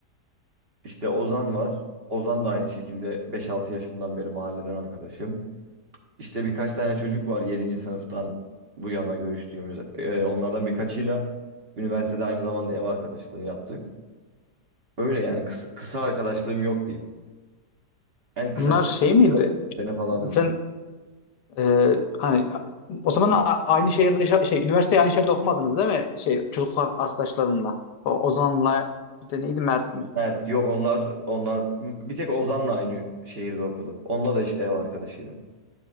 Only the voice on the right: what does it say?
İşte Ozan var. Ozan da aynı şekilde beş-altı yaşından beri mahalleden arkadaşım. İşte birkaç tane çocuk var yedinci sınıftan bu yana görüştüğümüz. Ee, onlardan birkaçıyla üniversitede aynı zamanda ev arkadaşlığı yaptık. Öyle yani kısa, kısa arkadaşlığım yok diyeyim. En kısa
sene falandır.
Mert yok onlar onlar bir tek Ozan'la aynı şehirde okuduk. Onunla da işte ev arkadaşıydım.